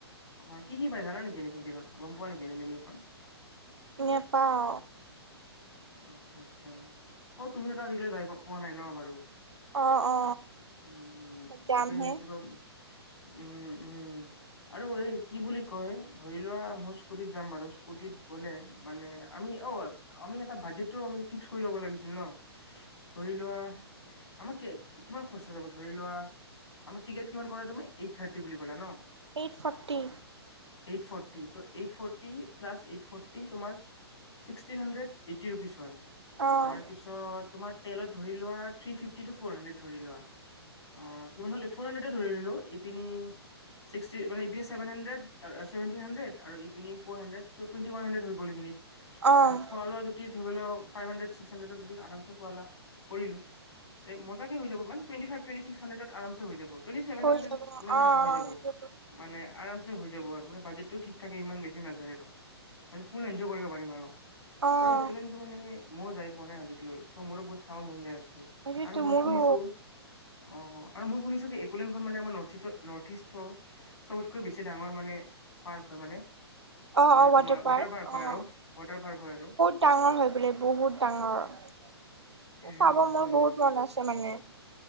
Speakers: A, on the left; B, on the right.
A: আ কি কি পায় জানা নেকি নেকি দিনত গম পোৱা নেকি এনেই মেনেউখন
B: নেপাও
A: আচ্ছা আচ্ছা অ তুমিওতো আজিকালি যাই পোৱা নাই ন বাৰু
B: অ অ
A: উম
B: যামহে
A: তাকেটো উম উম আৰু এই কি বুলি কয় ধৰি লোৱা মোৰ স্কুটিত যাম বাৰু স্কুটিত গ'লে মানে আমি অ আমি বাজেটটো ফিক্স কৰি লব লাগিছিল ন, ধৰি আগতে আমাৰ কিমান খৰচা যাব ধৰি লোৱা আমাৰ টিকেট কিমান কৰা তুমি এইট থাৰ্টি বুলি ক'লা ন।
B: Eight forty.
A: এইট ফৰ্টি ত' eight forty plus eight forty তোমাৰ ছিক্সটিন হাণড্ৰেড এইটি ৰুপিজ হয়। <unintelligible>
B: অ',
A: তাৰপিছত তোমাৰ তেলত ধৰি লোৱা থ্ৰী ফিভটি ফৰ হাণড্ৰেড ধৰি লোৱা। <unintelligible> অ কি হলে ফ'ৰ হাড্ৰেড ধৰিলো ইপিনে ক্সিটি মানে চেভেন হাণ্ডেট <unintelligible> ছেভেন হাণ্ড্ৰেড আৰু ফৰ হাণ্ড্ৰেদ <unintelligible> চ টুৱটি ৱান হানড্ৰে হৈ গ'লিনিত
B: অ',
A: আৰু খোৱা লোৱা <unintelligible> ফাইভ হাড্ৰেড ছিক্স হাড্ৰে যদি আম খা কৰিলো <unintelligible> তে মজাকে হৈ যাবানে twenty five twenty six hundred আৰামছে হৈ যাব টুৱেণ্টি চছেভেন
B: হৈ
A: হাড্ৰেড
B: যাব অ',
A: মানে
B: অ',
A: হৈ যাব
B: সেইটোৱেতো
A: মানে আৰামছে হৈ যাব আৰু মানে বাজেটটো ঠিক। থাকে ইমান বেছি নাযায় আৰু মানে ফুল এনজয় কৰিব পাৰিম আৰু
B: অ',
A: আৰু মেনেউ মানে ময়ো যাই পোৱা নাই আজিলৈ কে মোৰো বহুত চাব মন যায় আছে
B: সেইটোৱেতো
A: আৰু মই
B: মোৰো
A: শুনিছো অ আৰু মই শুনিছো কি ককোলেণ্ডখন মানে আমাৰ নৰ্থ ইষ্ট নৰ্থ ইষ্টৰ <unintelligible> চবতকৈ বেছি ডাঙৰ মানে পাৰ্ক হয় মানে
B: অ',
A: মানে
B: অ',
A: তোমাৰ ৱাটাৰ পাৰ্ক হয়
B: অ',
A: আৰু ৱাটাৰ পাৰ্ক হয় আৰু
B: ডাঙৰ হয় বোলে বহুত ডাঙৰ
A: উম
B: চাব মোৰ
A: হুম
B: বহুত মন আছে মানে।